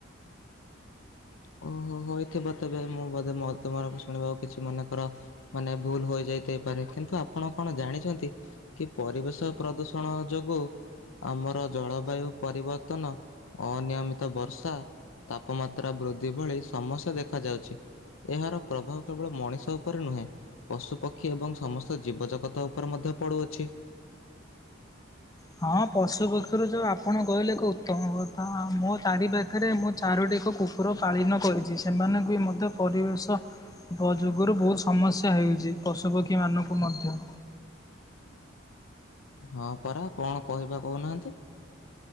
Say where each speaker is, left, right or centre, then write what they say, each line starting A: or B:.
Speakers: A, on the left; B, on the left.
A: <inaudible> ଓହୋ ହୋଇଥିବ ତେବେ ମୁଁ ବୋଧେ ମ ତମ ଶୁଣିବା କିଛି ମନେଙ୍କର ମାନେ ଭୁଲ ହୋଇଯ ପାରେ କିନ୍ତୁ ଆପଣ କଣ ଜାଣିଛନ୍ତି କି ପରିବେଶ ପ୍ରଦୂଷଣ ଯୋଗୁ ଆମର ଜଳବାୟୁ ପରିବର୍ତ୍ତନ ଅନିୟମିତ ବର୍ଷା ତାପମାତ୍ରା ବୃଦ୍ଧି ଭଳି ସମସ୍ୟା ଦେଖ ଯାଉଛି। ଏହାର ପ୍ରଭାବ କେବଳ ମଣିଷ ଉପରେ ନୁହେଁ ପଶୁପକ୍ଷୀ ଏବଂ ସମସ୍ତ ଜୀବଜଗତ ଉପରେ ମଧ୍ୟ ପଡୁଅଛି।
B: ହଁ ପଶୁ ପକ୍ଷୀରୁ ଯୋଉ ଆପଣ କହିଲେ ଏକ ଉତ୍ତମ କଥା ମୋ ଚାରି ପାଖରେ ମୁଁ ଚାରୋଟି ଏକ କୁକୁର ପାଳନ କରିଛି ସେମାନଙ୍କୁ ମଧ୍ୟ ପରିବେଶ ଯୁଗରୁ ବହୁତ ସମସ୍ୟା ହେ ହେଉଛି ପଶୁପକ୍ଷୀ ମାନଙ୍କୁ ମଧ୍ୟ।
A: <inaudible> ହଁ ପରା କଣ କହିବା କହୁନାହାନ୍ତି।